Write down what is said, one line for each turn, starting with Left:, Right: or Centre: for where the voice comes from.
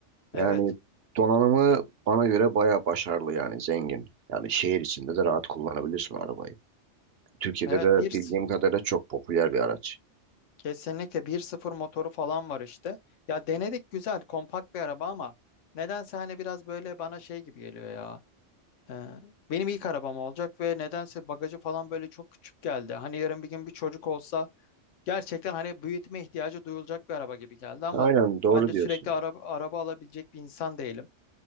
Left: Evet.
Right: Yani donanımı bana göre bayağı başarılı yani zengin. Yani şehir içinde de rahat kullanabilirsin arabayı. Türkiye'de
Left: Evet
Right: de
Left: bir
Right: bildiğim kadarıyla çok popüler bir araç.
Left: kesinlikle bir sıfır motoru falan var işte. Ya denedik güzel kompakt bir araba ama nedense hani biraz böyle bana şey gibi geliyor ya. Ee, benim ilk arabam olacak ve nedense bagajı falan böyle çok küçük geldi. Hani yarın bir gün bir çocuk olsa gerçekten hani büyütme ihtiyacı duyulacak bir araba gibi geldi ama
Right: Aynen doğru
Left: ben de
Right: diyorsun.
Left: sürekli araba, araba alabilecek bir insan değilim.